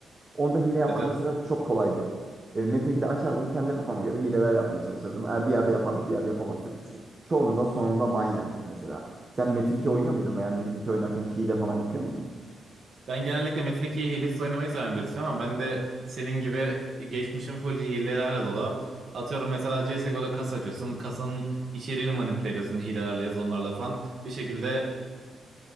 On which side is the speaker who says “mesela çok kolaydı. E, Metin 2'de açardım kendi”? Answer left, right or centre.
Right